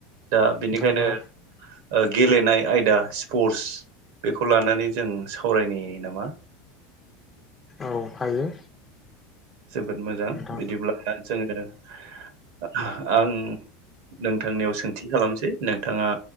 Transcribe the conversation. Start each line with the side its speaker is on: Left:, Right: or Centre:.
Right: दा बिनिखायनो
Left: नंगौ
Right: ओ गेलेनाय ओ आयद दा स्पर्टस बेखौ लानानै जों सावरायनि नामा?
Left: औ हायो
Right: जोबोद मोजां
Left: नोंथां
Right: बिदिब्ला जोङो ओ आं नोंथांनियाव सोंथि खालामसै नोंथाङा